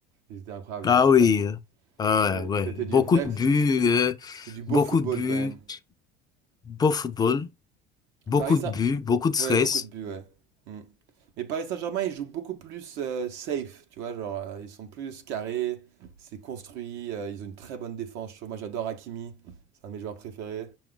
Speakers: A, on the right; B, on the left.
A: C'était incroyable
B: Ah
A: les matchs
B: oui,
A: quand même.
B: euh, ah
A: C'est-
B: ouais,
A: C'était
B: ouais.
A: du
B: beaucoup
A: vrai,
B: de buts, euh,
A: c'était du beau
B: beaucoup
A: football
B: de buts,
A: quand même.
B: beau football, beaucoup
A: Paris Saint...
B: de buts, beaucoup de stress.
A: Ouais, beaucoup de buts, ouais. Mm. Mais Paris Saint-Germain, ils jouent beaucoup plus euh, safe, tu vois, genre, euh, ils sont plus carrés, c'est construit, euh, ils ont une très bonne défense, je trouve. Moi, j'adore Hakimi, c'est un de mes joueurs préférés.